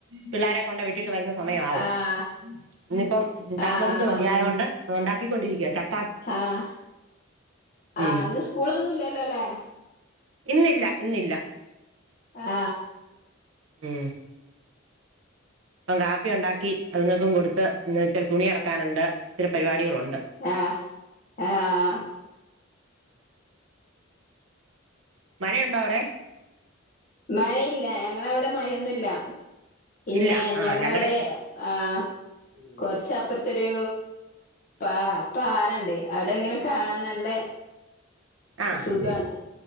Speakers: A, on the right (about 80°); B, on the left (about 45°).
A: പിള്ളാരെ കൊണ്ട് വിട്ട് ട്ട് വരുന്ന സമയമാവും
B: ആഹ്
A: ഇന്നിപ്പം താമസിച്ച്
B: ആഹ്
A: മതിയായോണ്ട് അത് ഒണ്ടാ - കൊണ്ടിരിക്കുവ ചക്കേ -
B: ആഹ് ആ
A: ഉം
B: ഇന്ന് സ്കൂളൊന്നും ഇല്ലല്ലോ അല്ലേ
A: ഇന്നില്ല ഇന്നില്ല
B: ആ
A: ഉം അപ്പം കാപ്പി ഉണ്ടാക്കി അതുങ്ങൾക്കും കൊടുത്ത് ഇന്ന് ഇച്ചിരി തുണി അലക്കാനുണ്ട് ചില പരിപാടികളുണ്ട്-
B: ആഹ് ആഹ്
A: മഴയുണ്ടോ അവിടെ
B: മഴയില്ല ഞങ്ങളവിടെ മഴയൊന്നുവില്ല പിന്നെ
A: ഇല്ല ആഹ്
B: ഞങ്ങളവിടെ
A: ഞങ്ങടെ
B: ആ കുറച്ചപ്പുറത്തോരു പാ പാറണ്ട് അവിടെങ്ങനെ കാണാൻ നല്ല
A: ആഹ്
B: സുഖവാണ്